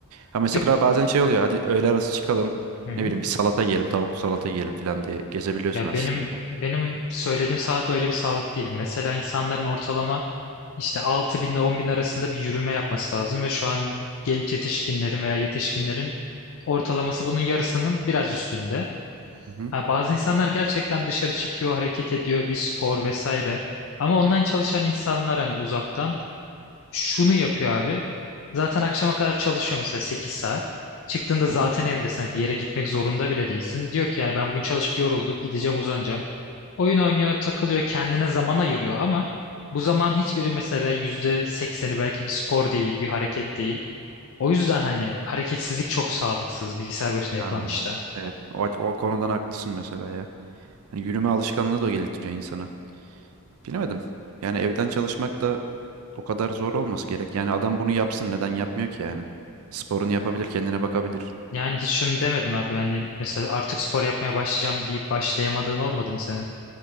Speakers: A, on the right; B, on the left.
A: Ha mesela
B: Yok.
A: bazen şey oluyor. Hadi öğle arası çıkalım.
B: Hı hı.
A: Ne bileyim bir salata yiyelim, tavuklu salata yiyelim falan diye gezebiliyorsun
B: Ya
A: aslında.
B: benim benim söylediğim sağlık öyle bir sağlık değil. Mesela insanların ortalama işte altı bin ile on bin arasında bir yürüme yapması lazım ve şu an genç yetişkinlerin veya yetişkinlerin ortalaması bunun yarısının biraz üstünde.
A: Hı-hı.
B: Ha, bazı insanlar gerçekten dışarı çıkıyor, hareket ediyor, bir spor vesaire. Ama online çalışan insanlar hani uzaktan şunu yapıyor abi. Zaten akşama kadar çalışıyor mesela 8 saat. Çıktığında zaten
A: Hı-hı.
B: evindesin. Hani Bir yere gitmek zorunda bile değilsin. Diyor ki yani ben bugün çalışıp yoruldum. Gideceğim uzanacağım. Oyun oynuyor, takılıyor, kendine zaman ayırıyor ama bu zaman hiçbiri mesela yüzde sekseni belki bir spor değil, bir hareket değil. O yüzden hani hareketsizlik çok sağlıksız bilgisayar başında yapılan
A: Ha,
B: işte.
A: evet. O, o konudan haklısın mesela ya. Hani yürüme alışkanlığı da geliştiriyor insana. Bilemedim. Yani evden çalışmak da o kadar zor olması gerek. Yani adam bunu yapsın neden yapmıyor ki yani? Sporunu yapabilir, kendine bakabilir.
B: Yani hiç şunu demedim abi. Yani mesela artık spor yapmaya başlayacağım deyip başlayamadığın olmadı mı senin?